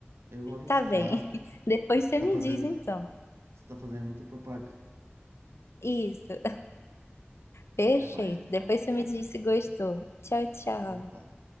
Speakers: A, on the right (about 90°); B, on the left (about 85°).
A: Eu vou riscar.
B: Tá bem. <laughs> Depois
A: Você
B: você
A: tá
B: me
A: fazendo,
B: diz então.
A: você tá fazendo muita propaganda.
B: Isso, perfeito.
A: Até mais, então.
B: Depois você me diz se gostou. Tchau, tchau.
A: Então tá.